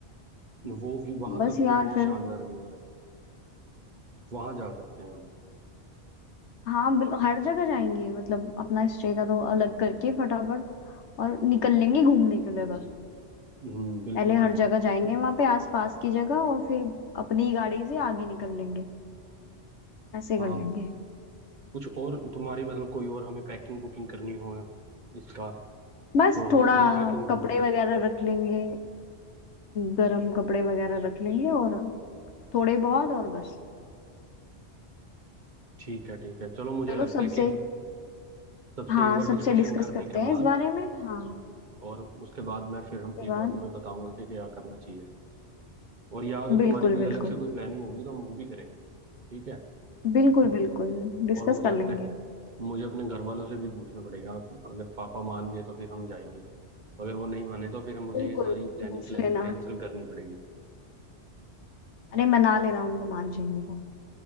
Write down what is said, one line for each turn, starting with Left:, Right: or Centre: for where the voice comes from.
Right: वो व्यू वहाँ
Left: बस
Right: का व्यू
Left: यार
Right: बहुत
Left: फिर
Right: शानदार व्यू है वहाँ जा सकते हैं हम
Left: हाँ बिल- हर जगह जाएंगे मतलब अपना स्टे का तो अलग करके फटाफट और निकल लेंगे घूमने के लिए बस
Right: हम्म, बिल्कुल
Left: पहले हर
Right: बिल्कुल
Left: जगह जाएंगे वहां पे आसपास की जगह और फिर अपनी गाड़ी से आगे निकल लेंगे ऐसे
Right: हाँ
Left: कर लेंगे
Right: कुछ और तुम्हारी मतलब कोई और हमें पैकिंग बुकिंग करनी हो इसका
Left: बस
Right: तो हम
Left: थोड़ा
Right: वो पैकिंग जरूर
Left: कपड़े
Right: करेंगे
Left: वगैरह रख लेंगे गर्म कपड़े वगैरह रख लेंगे और थोड़े बहुत और बस
Right: ठीक है ठीक है चलो मुझे
Left: चलो
Right: लगता
Left: सबसे
Right: है कि सबसे
Left: हाँ
Right: एक बार
Left: सबसे
Right: डिस्कशन
Left: डिस्कस
Right: करने
Left: करते
Right: के
Left: हैं
Right: बाद
Left: इस बारे में हाँ
Right: और उसके बाद मैं फिर हम
Left: ये
Right: एक
Left: बात
Right: बार तुम्हें बताऊंगा कि क्या करना चाहिए और या अगर
Left: बिल्कुल
Right: तुम्हारी कोई
Left: बिल्कुल
Right: अलग से कोई प्लानिंग होगी तो हम वो भी करेंगे ठीक है
Left: बिल्कुल बिल्कुल डिस्कस
Right: और मुझे
Left: कर
Right: अपने
Left: लेंगे
Right: मुझे अपने घर वालों से भी पूछना पड़ेगा अगर पापा मान गए तो फिर हम जाएंगे अगर वो नहीं माने तो फिर हम मुझे
Left: बिल्कुल
Right: ये सारी
Left: पूछ
Right: प्लानिंग
Left: लेना
Right: कैंसिल करनी पड़ेगी
Left: अरे मना लेना उनको मान जाएंगे वो